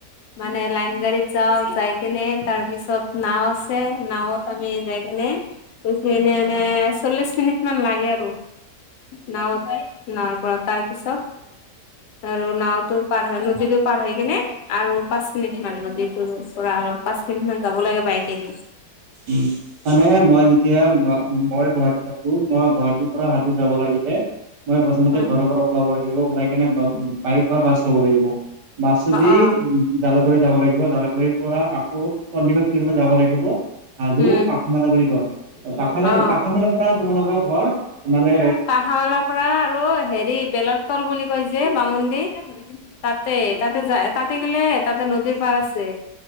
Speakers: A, on the left; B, on the right.
A: মানে লাইন গাড়ীত যাই যাই কেনে তাৰপিছত নাও আছে, নাওত আমি যাই কেনে। হেপিনে মানে চল্লিশ মিনিট মান লাগে, আৰু নাওঠাই নাৱৰ পৰা তাৰ পিছত আৰু নাওতো পাৰ হয় নদীত পাৰ হৈ কেনে আৰু পাঁচ মিনিট মান নদীটোৰ পৰা পাঁচ মিনিট মান যাব লাগে বাইকেদি
B: উ মানে মই যেতিয়া মই গুৱাহাটীত আাকো মই গুৱাহাটীত হাতত যাব লাগিলে মই প্ৰথমতে
A: অ
B: ঘৰৰ পৰা ওলাব লাগিব ওলাই কিনে বাইক বাছ ল মছদি
A: অ
B: জালুকীত যাব লাগিব জ পৰা বহুত সন্দিত কম যাব লাগিব আ হাজো
A: উম
B: পাখা মেলা বুলি কয়, পাখ মেলা
A: অ
B: পাখ মেলাৰ পৰা তোমালোকৰ ঘৰ। মানে
A: পখালৰ পৰা আৰু হেৰি বেলত তল বুলি কৈ যে। যে বামন্দিৰ তাতে তাতে যায় তাতে গেলে তাতে নদীৰ পাৰ আছে।